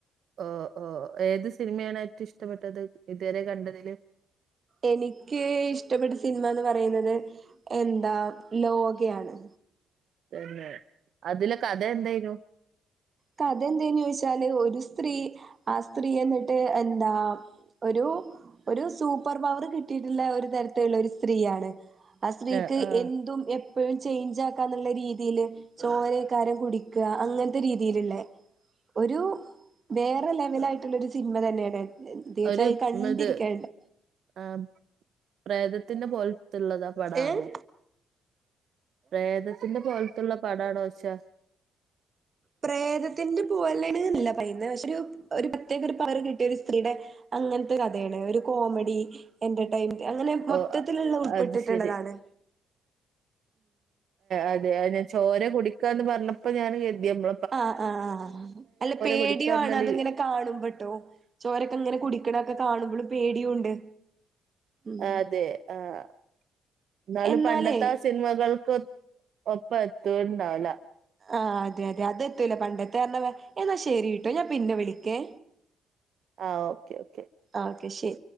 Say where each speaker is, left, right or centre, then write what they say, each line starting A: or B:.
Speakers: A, on the right (about 65°); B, on the right (about 40°).
A: ഓ ഓ ഏത് സിനിമയാണ് ഏറ്റവും ഇഷ്ടപ്പെട്ടത് ഇതുവരെ കണ്ടതില്
B: എനിക്ക് ഇഷ്ടപ്പെട്ട സിനിമാന്ന് പറയുന്നത് എന്താ ലോകയാണ്.
A: തന്നെ അതില് കഥ എന്തേയ്നു
B: കഥയെന്തെന്നോയ്ച്ചാല് ഒരു സ്ത്രീ ആ സ്ത്രീ എന്നിട്ട് എന്താ ഒരു ഒരു സൂപ്പർ പവർ കിട്ടിയിട്ടുള്ള ഒരു തരത്തിലുള്ളൊരു സ്ത്രീയാണ്. ആ സ്ത്രീക്ക്
A: ആഹ് ആഹ്
B: എന്തും എ പ്പോഴും ചേഞ്ചാക്കാന്ന്ള്ള രീതിയില് ചോരയ്ക്കാരം കുടിക്ക അങ്ങനത്തെരീ <unintelligible> ഒരു വേറെ ലെവലായിട്ടുള്ള ഒരു സിനിമ തന്നെയാണ് തീർച്ചയായും
A: ഒരു
B: കണ്ടിരിക്കാനുണ്ട്
A: ഉം, ഇത് ആഹ് പ്രേതത്തിന്റെ പോലത്തുള്ളതാ പടാണോ
B: ഏഹ്
A: പ്രേതത്തിന്റെ പോലത്തുള്ള പടാണോയ്ച്ചാ
B: പ്രേതത്തിന്റെ പോലണ്ന്നല്ല പിന്നെ പക്ഷെ ഒരു പ്രത്യേക ഒരു പവറ് കിട്ടിയ ഒരു സ്ത്രീയുടെ അങ്ങനത്തെ കഥയാണ് ഒരു കോമഡി എന്റർടൈൻമെന് അങ്ങനെ മൊത്തത്തിലുള്ള
A: ഓ അ-
B: ഉൾപ്പെട്ടിട്ടുള്ളതാണ്
A: അത് ശെരി അതെ അ <unintelligible> ചോര കുടിക്കാന്ന് പറഞ്ഞപ്പോ ഞാന് കര്തിയപം
B: ആഹ് ആഹ് ആഹ് അല്ല പേടിയുവാണ്
A: കുടിക്കാറഞ്ഞാല്
B: അതിങ്ങനെ കാണുംമ്പട്ടോ ചോരൊക്കങ്ങനെ കുടിക്കണൊക്കെ കാണുമ്പോള് പേടിയുണ്ട് ഉം
A: അതെ ആഹ് എന്നാലും
B: എന്നാലേ
A: പണ്ടത്തെ ആ സിനിമകൾക്ക് ഒപ്പത്തൂണ്ടാവില്ല
B: ആഹ് അതെ അതെ അത് എത്തൂല പണ്ടത്തെ <unintelligible> എന്നാ ശെരിട്ടോ ഞാൻ പിന്നെ വിളിക്കേ
A: ആഹ് ഓക്കെ ഓക്കെ
B: ആഹ് ഓക്കെ ശരി